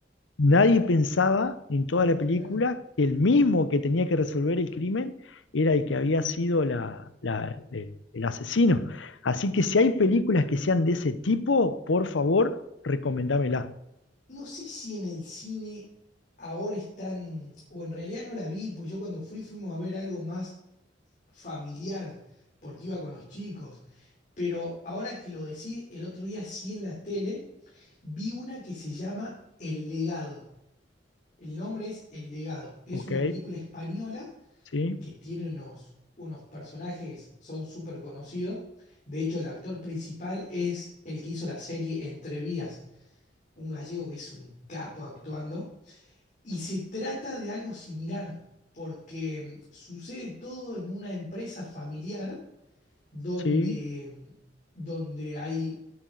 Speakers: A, on the left (about 80°); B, on the left (about 45°).
A: Nadie pensaba en toda
B: Ah,
A: la película
B: claro.
A: que el mismo que tenía que resolver el crimen era el que había sido la- la- el, el asesino. Así que si hay películas que sean de ese tipo, por favor, recomendámela.
B: No sé si en el cine ahora están, o en realidad no la vi, pues yo cuando fui fuimos a ver algo más familiar, porque iba con los chicos. Pero ahora que lo decís, el otro día sí en la tele vi una que se llama El Legado. El nombre es El Legado. Es
A: ¿Ok?
B: una película española
A: ¿Sí?
B: que tiene unos, unos personajes, son súper conocidos. De hecho, el actor principal es el que hizo la serie Entre Vías, un gallego que es un capo actuando. Y se trata de algo similar, porque mm, sucede todo en una empresa familiar donde,
A: ¿Sí?
B: mm, donde hay